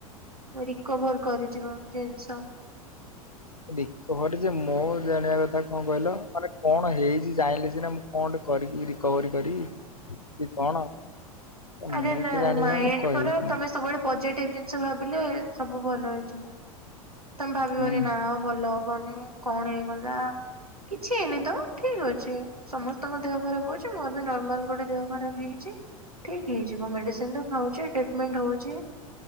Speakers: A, on the right; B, on the left.
A: ରିକଭର କରିଯିବ ଜିନିଷ
B: ରି ଘରେ ଯେ ମୁଁ ଜାଣିବା କଥା କଣ କହିଲ ମାନେ କଣ ହେଇଛି ଜାଣିଲେ ସିନା ମୁ ଫଣ୍ଡ କରି ରିକବରି କରି କି କଣ ମୁଁ
A: ଆରେ ନା
B: ତ ଜାଣିପାରୁନି
A: ମାଇଣ୍ଡ
B: କହିବି
A: ପରା
B: କଣ
A: ତମେ ସବୁବେଳେ ପଜେଟିଭ ଜିନିଷ ଭାବିଲେ ସବୁ ଭଲ ହେଇଯିବ ତମେ ଭାବିବନି
B: ହୁଁ
A: ନା ଭଲ ହବନି କଣ ହେଇଗଲା କିଛି ହେଇନି ତ ଠିକ ଅଛି ସମସ୍ତଙ୍କ ଦେହ ଖରାପ ହଉଛି ମୋର ବି ନର୍ମାଲ ଗୋଟେ ଦେହ ଖରାପ ହେଇଛି ଠିକ ହେଇଯିବ ମେଡିସିନ ତ ଖାଉଛିଟିଟିମେଣ୍ଟ ହଉଛି